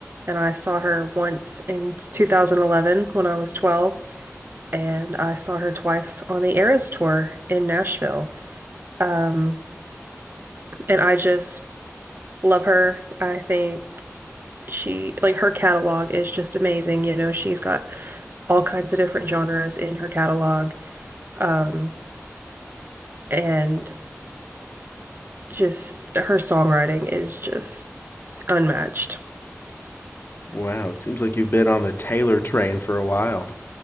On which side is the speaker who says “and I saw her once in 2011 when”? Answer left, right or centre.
Right